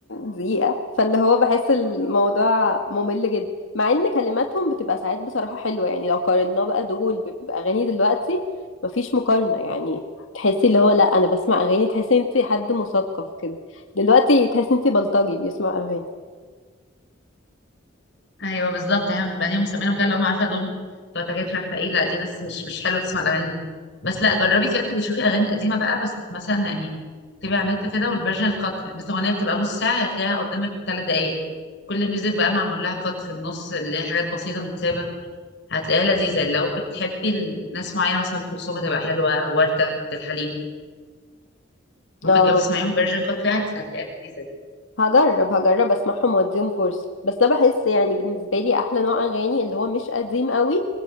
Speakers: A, on the left (about 80°); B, on the left (about 60°).
A: دقيقة فاللي هو بحس الموضوع ممل جدا مع ان كلماتهم بتبقى ساعات بصراحة حلوة يعني لو قارناه بقى دول ب- بأغاني دلوقتي مفيش مقارنة يعني تحسي اللي هو لا انا بسمع اغاني تحسي انت حد مثقف كده دلوقتي تحسي انت بلطجي بيسمع اغاني
B: ايوه بالظبط احنا بنبقى ليهم مسمينهم كده اللي هم عارفه دول بتوع تجارب مش عارفه ايه لا دي ناس مش مش حلوه تسمع الاغاني دي بس لا جربي كده تبقي تشوفي اغاني قديمه بقى بس مثلا يعني تبقي على النت كده والفيرجن القط مثلا اغنيه بتبقى نص ساعه هتلاقيها قدامك ثلاث دقائق كل ميوزك بقى معمول لها قط في النص اللي هي حاجات بسيطه متسابه هتلاقيها لذيذه لو بتحبي ناس معينه مثلا ام كلثوم تبقى حلوه ورده عبد الحليم ممكن
A: اه
B: تجربي تسمعيهم فيرجن قط كده هت- هتلاقيها لذيذه
A: هجرب هجرب اسمعهم واديهم فرصة بس انا بحس يعني بالنسبة لي احلى نوع اغاني اللي هو مش قديم قوي